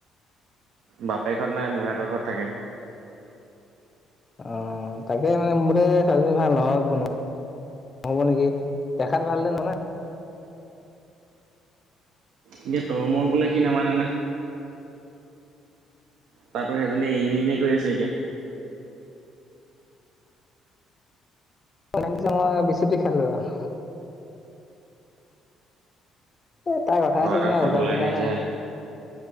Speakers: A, on the right (about 75°); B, on the left (about 25°).
A: বাপেক হত নাই মোমাইকৰ ঘৰত থাকে
B: অ তাকে মানে মোৰ মতে ছোৱালীজনী ভাল নহয় নেকি নহ'ব নেকি দেখাত ভাল হ'লে নহ'ব নহয়
A: এতিয়া তই মই কলে সি নামানে না তাতো সেইজনী ই মিমেই কৰি আছে এতিয়া।
B: অনলাইন চনলাইন বেছিকে খেলে অহ এ তাৰ কথাই
A: ল'ৰা
B: ঠিক
A: এটা
B: নাই
A: চাবলৈ
B: উল্টা ফুল্টা
A: আহিছে
B: না?